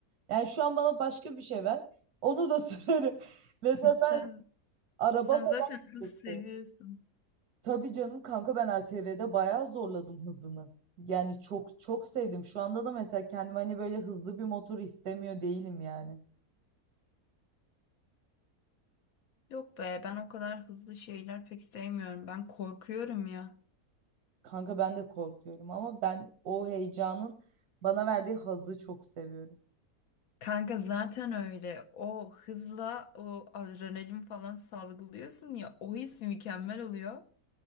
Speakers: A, on the right; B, on the left.
A: Yani şu an bana başka bir şey ver. Onu da <laughs> sürerim. Mesela
B: Sen
A: ben araba
B: sen
A: falan
B: zaten
A: da
B: hız
A: çok
B: seviyorsun.
A: seviyorum. Tabii canım kanka ben ATV'de bayağı zorladım hızını. Yani çok çok sevdim. Şu anda da mesela kendim hani böyle hızlı bir motor istemiyor değilim yani.
B: Yok be ben o kadar hızlı şeyler pek sevmiyorum. Ben korkuyorum ya.
A: Kanka ben de korkuyorum ama ben o heyecanın bana verdiği hazzı çok seviyorum.
B: Kanka zaten öyle. O hızla o adrenalin falan salgılıyorsun ya o his mükemmel oluyor.